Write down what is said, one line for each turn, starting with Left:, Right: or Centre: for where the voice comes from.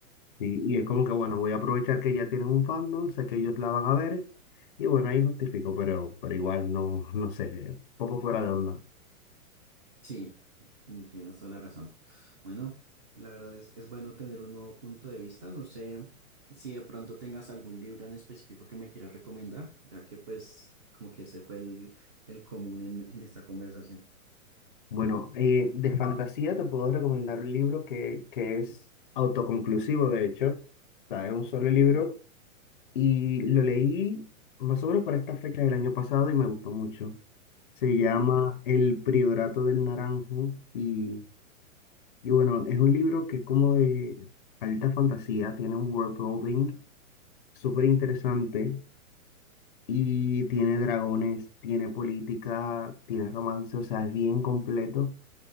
Left: Sí, y es como que, bueno, voy a aprovechar que ya tienen un fandom, sé que ellos la van a ver, y bueno, ahí justifico, pero, pero igual no, no sé, poco fuera de onda.
Right: Sí, mm, tienes toda la razón. Bueno, la verdad es, es bueno tener un nuevo punto de vista. No sé si de pronto tengas algún libro en específico que me quieras recomendar, ya que pues como que ese fue el, el común en, en esta conversación.
Left: Bueno, eh, de fantasía te puedo recomendar un libro que, que es autoconclusivo, de hecho, o sea, es un solo libro, y lo leí más o menos para esta fecha del año pasado y me gustó mucho. Se llama
Right: Ok.
Left: El Priorato del Naranjo y, y bueno, es un libro que es como de alta fantasía, tiene un world building súper interesante y tiene dragones, tiene política, tiene romance, o sea, es bien completo.